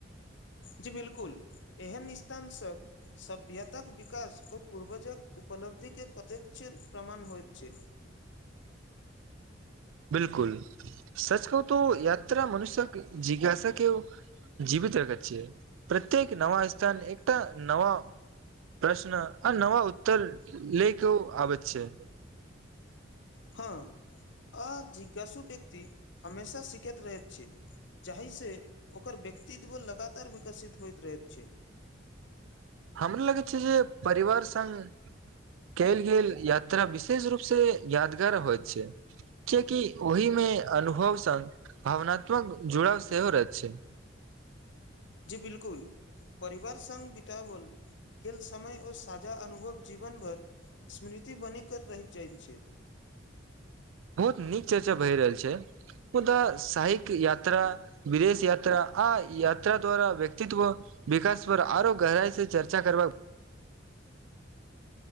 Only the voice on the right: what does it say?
<inaudible> बिलकुल सच कहू त यात्रा मनुष्य्यक जिज्ञासा के जीवित रखैत छै प्रत्येक नवा स्थान एकटा नवा प्रश्न आ नवा उत्तर लै के आबत छै
हमरा लगै छै जे परिवार संग कयल गेल यात्रा विशेष रूप से यादगार होइत छै कियकि ओहिमे अनुभव संग भावनात्मक जुड़ाव सेहो रहच छै <inaudible>
बहुत नीक चर्चा भए रहल छै मुदा शहिक यात्रा विदेश यात्रा आ यात्रा द्वारा व्यक्तित्व विकास पर आरो गहराई से चर्चा कर करब